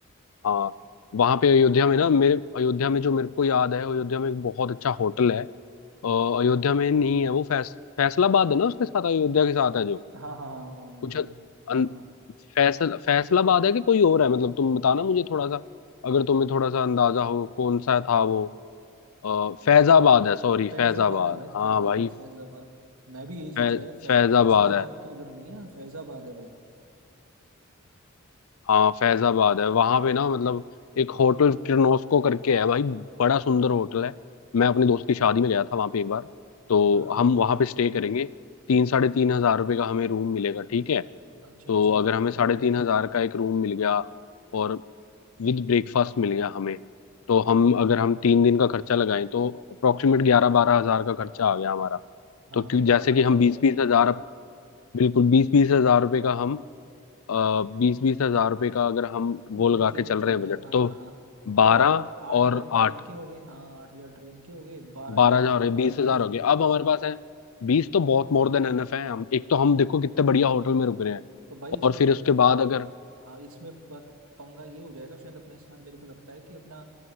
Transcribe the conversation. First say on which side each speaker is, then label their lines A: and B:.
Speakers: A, on the left; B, on the right.
A: हाँ वहां पे अयोध्या में ना मेरे अयोध्या में जो मेरे को याद है अयोध्या में एक बहुत अच्छा होटल है अ, अयोध्या में नहीं है वो फैस, फैसलाबाद है ना उसके साथ अयोध्या के साथ है जो
B: हाँ हाँ हाँ वही वही
A: कुछ
B: वही
A: अन,
B: हाँ हाँ
A: फैसल फैसलाबाद है कि कोई और है मतलब तुम बताना मुझे थोड़ा सा अगर तुम्हें थोड़ा सा अंदाजा हो कौन सा था वो और फैजाबाद है सॉरी
B: फैजाबाद
A: फैजाबाद
B: है भाई
A: हाँ
B: फैजाबाद
A: भाई
B: फैजाबाद मैं भी यही सोचा
A: फै,
B: यार फै,
A: फैजाबाद
B: फैसलाबाद
A: है
B: तो उधर नहीं है हाँ, फैजाबाद है भाई
A: हाँ फैजाबाद है वहां पे ना मतलब एक होटल किर्लोस्को करके है भाई बड़ा सुंदर होटल है मैं अपने दोस्त की शादी में गया था वहां पे एक बार तो
B: हाँ हाँ हाँ
A: हम
B: हाँ
A: वहां पे स्टे करेंगे तीन साढ़े तीन हजार रुपये का हमें रूम मिलेगा ठीक है
B: अच्छा
A: तो
B: अच्छा
A: अगर
B: भाई
A: हमें साढ़े तीन हजार का एक रूम मिल गया और विद ब्रेकफास्ट मिल गया हमें तो हम अगर हम तीन दिन का खर्चा लगाएं तो अप्रोक्सीमेट ग्यारह बारह हजार का खर्चा आ गया हमारा
B: हाँ
A: तो क्यों
B: भाई
A: जैसे
B: बारह
A: कि
B: हजार
A: हम बीस
B: पहुंच
A: बीस
B: गए
A: हजार बिल्कुल बीस बीस हजार रुपए का हम आ, बीस बीस हजार रुपए का अगर हम वो
B: बजट
A: लगा
B: लेके
A: के चल
B: चल
A: रहे हैं
B: रहे
A: बजट
B: हैं हाँ
A: तो
B: हाँ हाँ तो भाई
A: बारह
B: आठ आठ
A: और
B: हजार ट्रेन
A: आठ
B: के हो गए हाँ आठ हजार ट्रेन के हो गए बारह
A: बारह
B: ये हो
A: हजार
B: गए
A: हो
B: तो
A: रहे बीस
B: भाई
A: हजार
B: बीस
A: हो गए अब हमारे पास है बीस तो बहुत मोर देन एनफ है हम एक तो हम देखो कितने बढ़िया होटल में रुक रहे हैं
B: तो भाई इसमें
A: और फिर उसके बाद अगर
B: हाँ इसमें पर पंगा ये हो जाएगा शायद अपने साथ मेरे को लगता है कि अपना